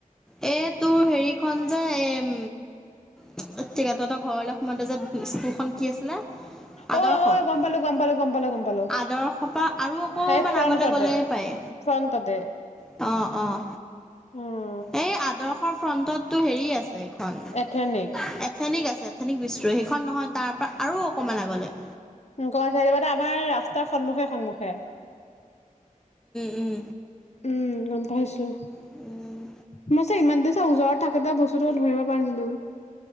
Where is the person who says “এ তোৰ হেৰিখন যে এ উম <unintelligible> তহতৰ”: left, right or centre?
Centre